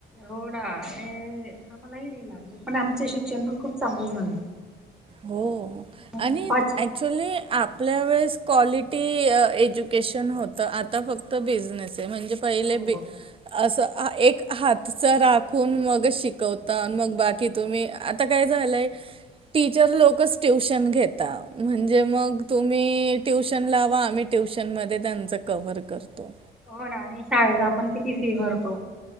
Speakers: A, in the centre; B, on the right.
A: होणा आणि आम्हालाही नाही लागले. पण आमच शिक्षण पण खूप चांगलं झालं.
B: हो
A: हो
B: आणि
A: पाच
B: ऍक्च्युली आपल्या वेळेस. क्वालिटी एज्युकेशन होतं. आता फक्त बिझनेस. ते म्हणजे पहिले
A: हो
B: बी असं. एक हातचा राखून मग शिकवता मग बाकी तुम्ही आता काय झालंय टीचर टिचर लोकच ट्युशन घेतात म्हणजे मग तुम्ही ट्यूशन लावा आम्ही ट्युशनमध्ये त्यांचं कव्हर करतो.
A: हो ना, आणि शाळेत आपण किती फी भरतो.